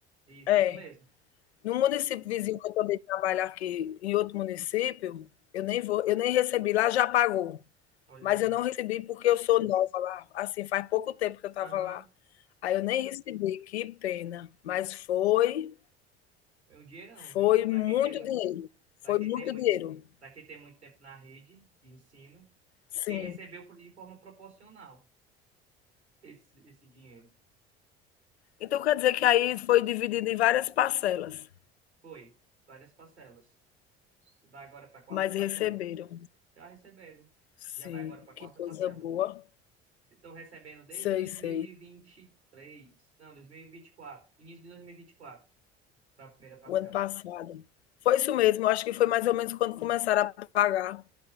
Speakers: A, on the right (about 85°); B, on the left (about 80°).
A: Isso,
B: É.
A: isso mesmo.
B: No município vizinho que eu também trabalho aqui, em outro município, eu nem vou, eu nem recebi, lá já pagou.
A: Olha
B: Mas
A: aí.
B: eu não recebi porque eu sou nova lá, assim, faz pouco tempo que eu estava
A: Aham.
B: lá. Aí eu nem recebi, que pena, mas foi,
A: É um dinheirão,
B: foi
A: viu? Para
B: muito
A: quem tem muito,
B: dinheiro. Foi
A: para quem
B: muito
A: tem muito,
B: dinheiro.
A: para quem tem muito tempo na rede de ensino,
B: Sim.
A: que recebeu de forma proporcional esse, esse dinheiro.
B: Então quer dizer que aí foi dividido em várias parcelas,
A: Foi. Várias parcelas. Vai agora para a quarta
B: mas
A: parcela.
B: receberam.
A: Já receberam.
B: Sim,
A: Já vai agora para a quarta
B: que coisa
A: parcela.
B: boa.
A: Estão recebendo desde
B: Sei,
A: 2023.
B: sei.
A: Não, 2024. Início de 2024 para a primeira parcela.
B: O ano passado. Foi isso mesmo, acho que foi mais ou menos quando começaram a pagar,